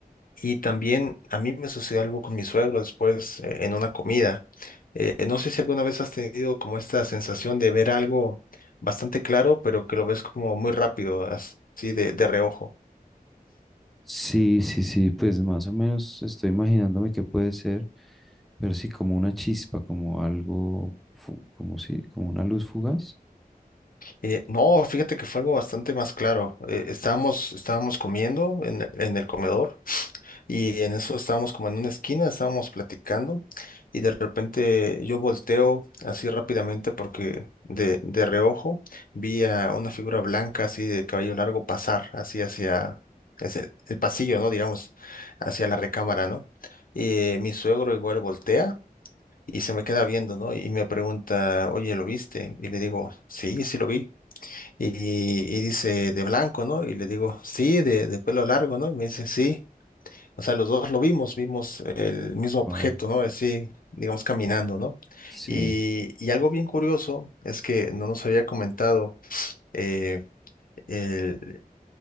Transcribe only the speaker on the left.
Y también a mí me sucedió algo con mi suegro después eh, en una comida. Eh, no sé si alguna vez has tenido como esta sensación de ver algo bastante claro, pero que lo ves como muy rápido, así de, de reojo.
Eh, no, fíjate que fue algo bastante más claro. Eh, estábamos, estábamos comiendo en, en el comedor Y en eso estábamos como en una esquina, estábamos platicando y de repente yo volteo así rápidamente porque de, de reojo vi a una figura blanca así de cabello largo pasar así hacia, hacia el el pasillo, ¿no? Digamos, hacia la recámara, ¿no? Y mi suegro igual voltea y se me queda viendo, ¿no? Y me pregunta, oye, ¿lo viste? Y le digo, sí, sí lo vi. Y, y dice, de blanco, ¿no? Y le digo, sí, de, de pelo largo, ¿no? Y me dice, sí. O sea, los dos lo vimos, vimos el mismo objeto,
¿no? Así, digamos, caminando, ¿no?
Y, y algo bien curioso es que no nos había comentado, eh, el-